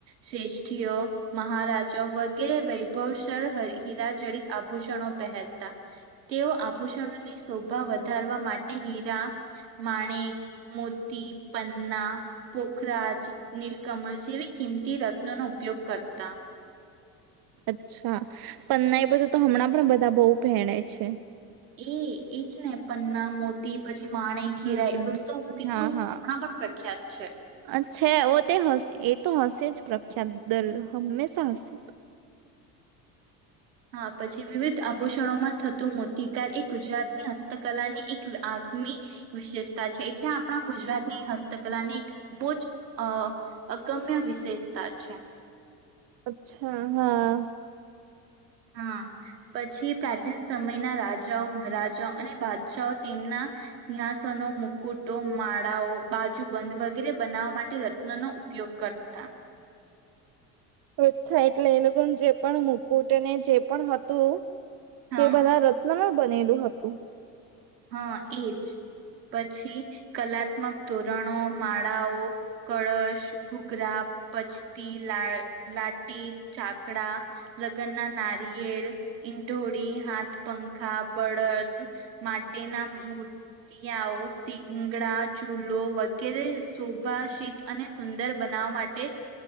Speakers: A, on the right; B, on the right.
A: શ્રેષ્ઠીઓ મહારાજા વગેરે વૈભવશડ હ હિરાજડિત આભૂષણો પહેરતા તેઓ આભૂષણોની શોભા વધારવા માટે હીરા માણેક મોતી પન્ના પોખરાજ નીલકમલ જેવી કિંમતી રત્નોનો ઉપયોગ કરતા
B: અચ્છા પન્નાઈ બધું તો હમણાં પણ બધા બહુ પહેણે છે
A: એ એ જ ને પન્ના મોતી પછી માણેક
B: હમ
A: હીરા એ બધું તો કેટલું
B: હા
A: હમણાં
B: હા
A: પણ પ્રખ્યાત છે
B: આછા એ તે હશે એ તો હશે જ પ્રખ્યા દલ હમેશા હશે તો
A: હા પછી વિવિધ આભૂષણોમાં થતું મોતિકાર એ ગુજરાતની હસ્તકલાની એક આગમી વિશેષતા છે એટલે આપણા ગુજરાતની હસ્તકલાની એક બહુ જ અ અગમ્ય વિશેષતા છે
B: અચ્છા હા
A: હા પછી પ્રાચીન સમયના રાજાઓ મહારાજાઓ અને બાદશા તેમના સિંહાસનો મુકુટો માળાઓ બાજુ બંધ વગેરે બનાવવા માટે રત્નોનો ઉપયોગ કરતા
B: અચ્છા એટલે એ લોકો જે પણ મુકુટને જે પણ હતું
A: હા
B: તે બધા નમ બનેલું હતું
A: હા એજ પછી કલાત્મક તોરણો માળાઓ કળશ ઘૂઘરા પચતી લા લાટી ચાકડા લગ્નના નારિયેળ ઈંઢોળી હાથ પંખા બળદ માટે ના મૂ તિયાઓ સીંગડા ચૂલો વગેરે શોભાશીત અને સુંદર બનાવા માટે